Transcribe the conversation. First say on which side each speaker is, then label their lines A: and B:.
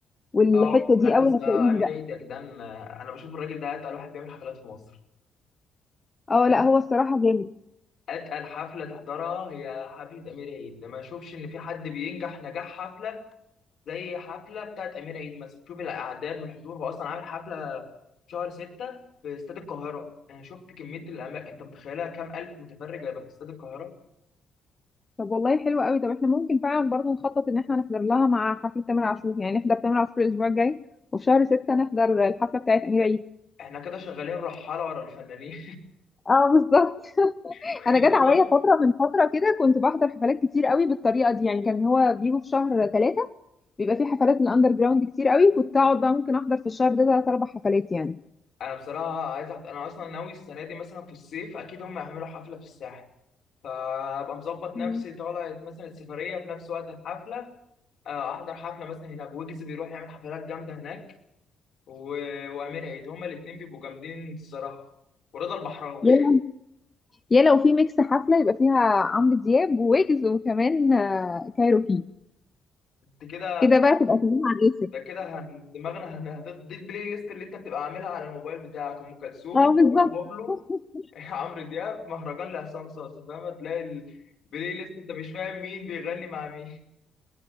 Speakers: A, on the left; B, on the left.
A: والحته
B: اه لا
A: دي
B: بس
A: قوي
B: آه،
A: هتلاقيني
B: امير
A: بقى
B: عيد يا جدعان آه، انا بشوف الراجل ده اتقل واحد بيعمل حفلات في مصر
A: اه
B: أت-
A: لا هو الصراحه جامد
B: اتقل حفله تحضرها هي حفله امير عيد ما اشوفش ان في حد بينجح نجاح حفله زي حفله بتاعت امير عيد مثلا شوف الاعداد والحضور هو اصلا عامل حفله في شهر 6 في استاد القاهره انا شفت كميه الاماكن انت متخيلها كام الف متفرج هيبقى في استاد القاهره
A: طب والله حلو قوي طب احنا ممكن فعلا برضه نخطط ان احنا نحضر لها مع حفله تامر عاشور يعني نحضر تامر عاشور الاسبوع الجاي وفي شهر ستة نحضر الحفله بتاعت امير عيد
B: احنا كده شغالين رحاله ورا الفنانين
A: اه بالظبط
B: <laughs> كل
A: انا جت عليا
B: شويه
A: فتره من فتره كده كنت بحضر حفلات كتير قوي بالطريقه دي يعني كان هو بيجوا في شهر ثلاثة بيبقى في حفلات الاندر جراوند كتير قوي كنت اقعد بقى ممكن احضر في الشهر ده ثلاث اربع حفلات يعني
B: انا بصراحه عايز أحضر. انا اصلا ناوي السنه دي مثلا في الصيف اكيد هم هيعملوا حفله في الساحل فابقى مظبط نفسي
A: مم.
B: طالع مثلا السفريه في نفس وقت الحفله آه، احضر حفله مثلا هنا بويجز بيروح يعمل حفلات جامده هناك و... وامير عيد هما الاثنين بيبقوا جامدين الصراحه ورضا البحراوي
A: يا لو يا لو في ميكس حفله يبقى فيها عمرو دياب وويجز وكمان آه، كايروكي
B: انت كده
A: كده بقى تبقى كلها على الاخر
B: ده كده هن... دماغنا هن... هت- دي البلاي ليست اللي انت بتبقى عاملها على الموبايل بتاعك ام كلثوم
A: اه بالظبط
B: مروان بابلو
A: <laughs>
B: <laughs> عمرو دياب مهرجان لعصام صاصا فاهم تلاقي البلاي ليست انت مش فاهم مين بيغني مع مين